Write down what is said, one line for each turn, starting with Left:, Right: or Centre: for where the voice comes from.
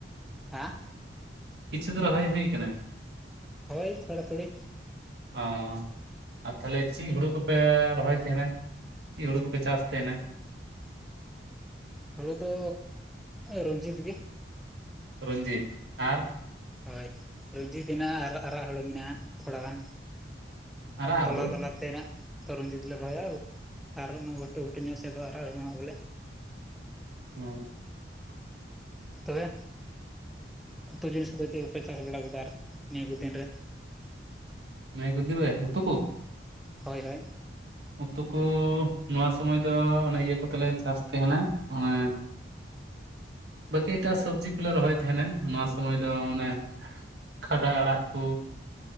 Centre: ᱦᱮᱸ
Right: ᱠᱤᱪᱷᱩ ᱫᱚ ᱨᱚᱦᱚᱭ ᱦᱩᱭ ᱠᱟᱱᱟ
Centre: ᱦᱳᱭ ᱛᱷᱚᱲᱟ ᱛᱷᱩᱲᱤ
Right: ᱚ ᱟᱨ ᱛᱟᱦᱚᱞᱮ ᱪᱮᱫ ᱦᱩᱲᱩ ᱠᱚᱯᱮ ᱨᱚᱦᱚᱭ ᱛᱟᱦᱮᱸᱱᱟ ᱪᱤᱜ ᱦᱩᱲᱩ ᱠᱚᱯᱮ ᱪᱟᱥ ᱛᱟᱦᱮᱸᱱᱟ
Centre: ᱦᱩᱲᱩ ᱫᱚ ᱨᱚᱱᱡᱤᱛ ᱜᱮ
Right: ᱨᱚᱧᱡᱤᱛ ᱟᱨ
Centre: ᱦᱳᱭ ᱨᱚᱧᱡᱤᱛ ᱦᱮᱱᱟᱜᱼᱟ ᱟᱨ ᱟᱨᱟᱜ ᱦᱩᱲᱩ ᱢᱮᱱᱟᱜᱼᱟ ᱛᱷᱚᱲᱟ ᱜᱟᱱ
Right: ᱟᱨᱟᱜ
Centre: ᱫᱚᱞᱟ
Right: ᱦᱩᱲᱩ
Centre: ᱫᱚᱞᱟ ᱛᱮᱱᱟᱜ ᱫᱚ ᱨᱚᱧᱡᱤᱛ ᱞᱮ ᱨᱚᱦᱚᱭᱟ ᱟᱨ ᱚᱱᱟ ᱜᱷᱩᱴᱩ ᱜᱷᱩᱴᱩ ᱧᱚᱜ ᱥᱮᱫ ᱫᱚ ᱟᱨᱟᱜ ᱦᱳᱲᱳ ᱵᱚᱞᱮ
Right: ᱚ
Centre: ᱛᱚᱵᱮ ᱩᱛᱩ ᱡᱤᱱᱤᱥ ᱠᱚᱫᱚ ᱪᱮᱫ ᱠᱚᱯᱮ ᱪᱟᱥ ᱵᱟᱲᱟ ᱠᱟᱫᱟ ᱟᱨ ᱱᱤᱭᱟᱹ ᱠᱚ ᱫᱤᱱ ᱨᱮ
Right: ᱱᱟᱹᱭ ᱜᱟᱹᱽᱫᱨᱟᱹ ᱩᱛᱩ ᱠᱩ᱾
Centre: ᱦᱚᱭ ᱦᱚᱭ᱾
Right: ᱩᱛᱩ ᱠᱚ ᱱᱚᱣᱟ ᱥᱚᱢᱟᱹᱭ ᱫᱚ ᱚᱱᱮ ᱤᱭᱟᱹ ᱠᱚᱛᱮᱞᱮ ᱪᱟᱥ ᱛᱮᱦᱮᱱᱟ ᱚᱱᱮᱼᱼ ᱵᱟᱹᱠᱤ ᱮᱴᱟᱜ ᱥᱚᱵᱽᱡᱤ ᱠᱚᱞᱮ ᱨᱚᱦᱚᱭ ᱛᱮᱦᱮᱸᱱᱟ ᱱᱚᱣᱟ ᱥᱚᱢᱚᱭ ᱫᱚ ᱚᱱᱮᱼᱼ ᱠᱷᱟᱰᱟ ᱟᱲᱟᱜ ᱠᱩ